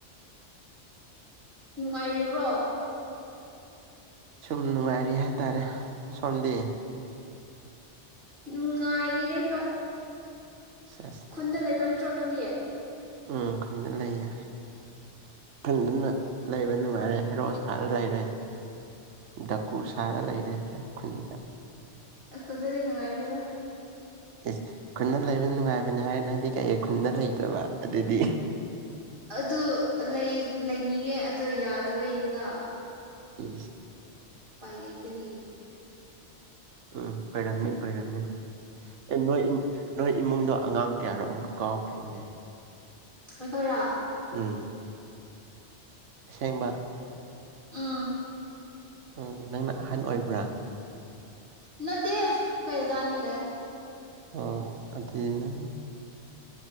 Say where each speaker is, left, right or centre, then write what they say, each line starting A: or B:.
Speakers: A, on the right; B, on the right.
A: ꯅꯨꯡꯉꯥꯏꯔꯤꯕ꯭ꯔꯣ
B: ꯁꯨꯝ ꯅꯨꯡꯉꯥꯏꯔ ꯍꯥꯏꯇꯥꯔꯦ ꯁꯣꯟꯗꯦ
A: ꯅꯨꯡ ꯉꯥꯏꯌꯦ ꯍꯣꯏ
B: ꯁꯦꯁ
A: ꯈꯨꯟꯗ ꯂꯩꯕ ꯇꯔꯣ ꯉꯪꯗꯤ
B: ꯎꯝ ꯈꯨꯟꯗ ꯂꯩꯌꯦ ꯐꯅ ꯂꯩꯥꯏꯕ ꯅꯨꯡꯉꯥꯏꯔꯦ ꯍꯦꯔꯣ ꯁꯥꯔ ꯂꯩꯔꯦ ꯗꯀꯨ ꯁꯥꯔ ꯂꯩꯔꯦ ꯈꯨꯟꯗ
A: ꯑꯩꯈꯣꯏꯗꯗꯤ ꯅꯨꯡꯉꯥꯏꯔꯤꯅꯤꯗ
B: ꯑꯦꯁ ꯈꯨꯟꯅ ꯂꯩꯕ ꯅꯨꯡꯉꯥꯏꯕꯅꯤ ꯍꯥꯏꯔꯦ ꯅꯪꯗꯤ ꯀꯩꯑ ꯈꯨꯟꯅ ꯂꯩꯗꯕ ꯑꯗꯨꯗꯤ
A: ꯑꯗꯨ ꯂꯩꯅꯤꯡꯉꯦ ꯑꯣ ꯌꯥꯗꯕꯩꯅꯤꯗ
B: ꯎ
A: ꯄꯥꯏ ꯂꯩꯇꯕꯤ
B: ꯎꯝ ꯑꯣꯏꯔꯝꯅꯤ ꯑꯣꯏꯔꯃꯅꯤ ꯅꯣꯏ ꯅꯣꯏ ꯏꯃꯨꯡꯗ ꯑꯉꯥꯡ ꯀꯌꯥꯗꯣ ꯑꯃꯨꯛ ꯀꯥꯎꯈ꯭ꯔꯦꯅꯦ
A: ꯑꯩꯈꯣꯏꯔ
B: ꯎꯝ ꯁꯦꯡꯕ
A: ꯎꯝ
B: ꯎꯝ ꯅꯪꯅ ꯑꯍꯟ ꯑꯣꯏꯕ꯭ꯔꯥ
A: ꯅꯠꯇꯦ ꯑꯈꯣꯏ ꯗꯥ ꯗꯥ ꯑꯅꯤ ꯂꯩ
B: ꯑꯣ ꯑꯗꯨ ꯅ